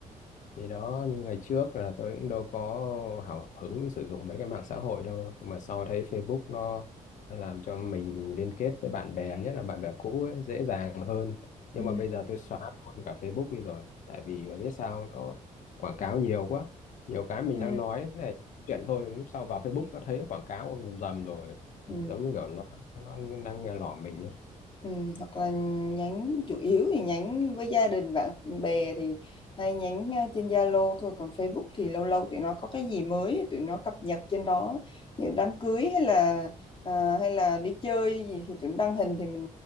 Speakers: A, on the left (about 65°); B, on the left (about 35°).
A: Thì đó như ngày trước là tôi cũng đâu có hào hứng sử dụng mấy cái mạng xã hội đâu Nhưng mà sau thấy Facebook nó nó làm cho mình liên kết với bạn bè nhất là bạn bè cũ ấy, dễ dàng hơn nhưng
B: Ừ.
A: mà bây giờ tôi xóa luôn cả Facebook đi rồi tại vì mà biết sao nó quảng cáo nhiều quá nhiều cái mình
B: Ừ.
A: đang nói này chuyện thôi lúc sau vào Facebook nó thấy nó quảng cáo rầm rầm rồi
B: ừ.
A: giống như kiểu nó, nó đang nghe lỏm mình
B: Ừ, hoặc là nhắn chủ yếu thì nhắn với gia đình bạn bè thì hay nhắn ờ, trên Zalo thôi còn Facebook thì lâu lâu tụi nó có cái gì mới tụi nó cập nhật trên đó như đám cưới hay là ờ, hay là đi chơi gì thì tụi nó đăng hình thì mình